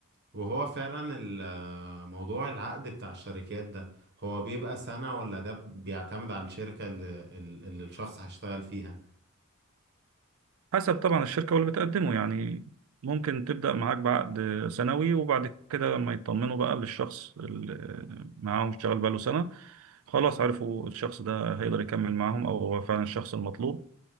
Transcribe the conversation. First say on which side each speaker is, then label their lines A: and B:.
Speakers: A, on the right; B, on the right.
A: وهو فعلا ال- موضوع العقد بتاع الشركات ده هو بيبقى سنة ولا ده بيعتمد على الشركة اللي, اللي الشخص هيشتغل فيها
B: حسب طبعا الشركة واللي بتقدمه يعني ممكن تبدأ معاك بعقد سنوي وبعد كده لما يطمنوا بقى للشخص اللي معاهم اشتغل بقاله سنة خلاص عرفوا الشخص ده هيقدر يكمل معاهم أو هو فعلا الشخص المطلوب